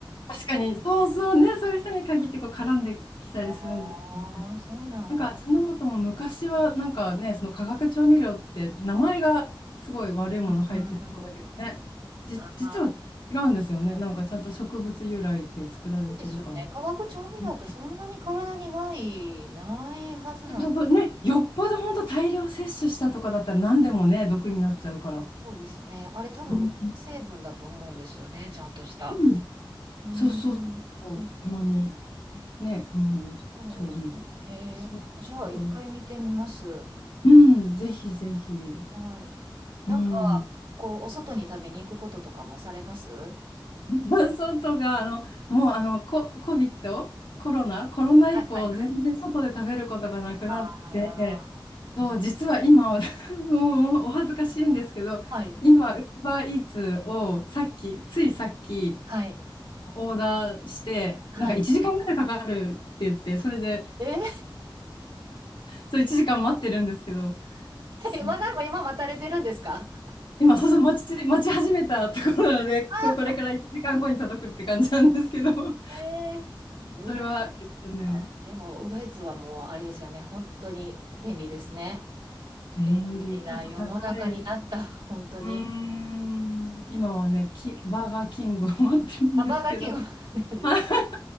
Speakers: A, on the left; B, on the right.
A: 確かに、そうそうね、そういう人に限ってこう絡んできたりするんですよね
B: ああ、そうなんだ。
A: なんか味の素も昔はなんかね、その化学調味料って名前がすごい悪いもの入ってそうだけどね、
B: うんうん。
A: じ、
B: ああ、
A: 実は違うんですよね。なんかちゃんと植物由来で作られてるから。
B: そうですよね。化学調味料ってそんなに体に害ないはずなんで
A: うんそうそうね、よっぽど本当大量摂取したとかだったら何でもね、毒になっちゃうから。
B: そうですね。あれ多分、
A: うん
B: う成分だと思うんですよね。ちゃんとした。
A: うん
B: うーん。
A: そうそうそう、
B: うん。
A: うまみ、ね、うまみ調味料。
B: そうですね。へえ。
A: そう、
B: じゃあ、
A: だから、
B: 一回見てみます。
A: うん、ぜひぜひ。
B: はい。なんか、
A: うん。
B: こう、お外に食べに行くこととかもされますは
A: 伴がとか、あの、もうあの、コ、コビット、コロナ、コロナ以降、
B: いはいはい。
A: 全然外で食べることがなくなって、
B: ああ。
A: そう、実は今、<laughs> もうもうお恥ずかしいんですけど、
B: はい。
A: 今、ウーバーイーツをさっき、ついさっき、
B: はい。
A: オーダーして、
B: はい。
A: なんか1時間ぐらいかかるって言って、それで、
B: え
A: そう、1時間待ってるんですけど、そう、
B: ー、<laughs> まだ今待たれてるんですか
A: 今、そうそう、待ち、待ち始めたところなので、
B: <laughs>
A: そう、これから1時間後に届くって感じなんですけど、そう
B: えー、ウーバー、
A: それは、えっとね、
B: でも、ウーバーイーツはもう、あれですよね。本当に便利ですね。
A: 便利。
B: 便利な世の中になった、
A: ちょっと高い。
B: <laughs> 本当に。
A: うーん。今はね、き、バーガーキングを待ってるんですけど。
B: あ、バーガーキングなんですか
A: <laughs>